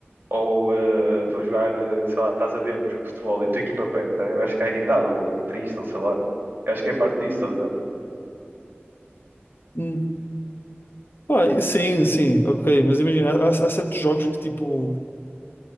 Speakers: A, on the right (about 45°); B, on the left (about 55°).
A: ou eh, for jogar, eh, sei lá, estás a ver um jogo de futebol e a tua equipa perde, também vais ficar irritado, ou triste, ou sei lá. Eu acho que é parte disso, estás a ver?
B: Hum. Pá, sim, sim, ok, mas imagina, há, há certos jogos que tipo.